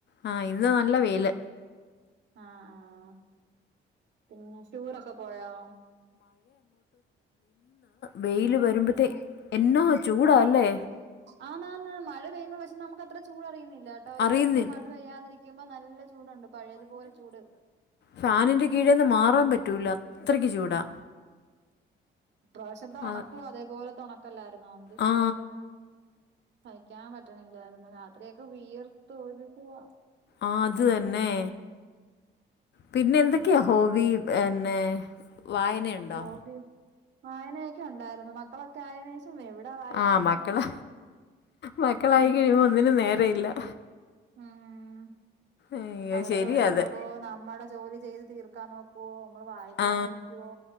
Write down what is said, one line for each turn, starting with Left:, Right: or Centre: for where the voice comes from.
Left: ആ ഇന്ന് നല്ല വെയിൽ
Right: ആഹ് ആഹ് പിന്നെ യാത്രയൊക്കെ പോയോ
Left: വെയില് വരുമ്പത്തെേക്ക്‌ എന്നാ ഒരു ചൂടാല്ലേ
Right: ആന്നാന്ന് മഴ പെയുമ്പോ നമുക്ക്‌ അത്രയും ചൂട് അറിയുന്നില്ല ഒരു
Left: അറിയുന്നില്ല
Right: ദിവസം മഴപെയ്യാതെ യ പെയ്യുമ്പോ നല്ല ചൂടുണ്ട് പഴയതുപോലെ ചൂട്
Left: ഫാനിൻ്റെ കീഴിൽ നിന്ന് മാറാൻ പറ്റൂല അത്രയ്ക്ക് ചൂടാ
Right: ഈ പ്രാവശ്യംത്തെ ഉണക്കും
Left: അത്
Right: അതേപോലത്തെ ഉണക്കാ അല്ലായിരുന്നോ എന്ത് ചൂടായിരുന്നു
Left: ആ
Right: സഹിക്കാൻ പറ്റണില്ലായിരുന്നു രാത്രിയൊക്കെ വിയർത്ത് ഒഴുകുവാ
Left: ആ അത് തന്നെ
Right: ഉം
Left: പിന്നെ എന്തൊക്കെയാ ഇഷ്ടം ന്നേ വായനയുണ്ടോ
Right: ഹോബി വായനയൊക്കെ ഉണ്ടായിരുന്നു മക്കളൊക്കെ ആയതിനു ശേഷം എവിടാ വായിക്കാൻ
Left: ആഹ് മക്കള്
Right: സമയം
Left: മക്കളായി
Right: ഉം
Left: കഴിയുമ്പോ ഒന്നിനും നേരംമില്ലാ
Right: ഉം
Left: അയ്യോ
Right: അവരുടെ
Left: ശരിയാ
Right: പുറകെ
Left: അത്
Right: ഓടുമോ നമ്മുടെ ജോലി ചെയ്ത് തീർക്കാൻ നോക്കൊ നമ്മള് വായിക്കാൻ
Left: ആ
Right: ഇരിക്കുവോ